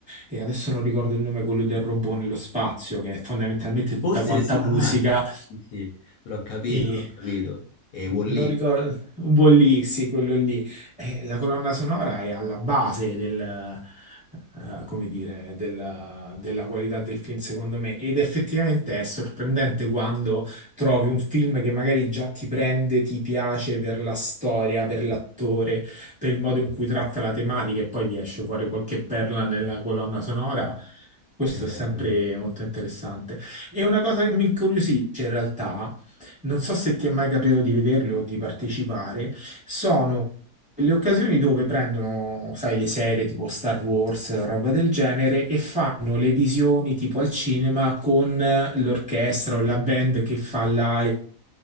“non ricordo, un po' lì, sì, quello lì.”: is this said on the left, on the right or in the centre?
Centre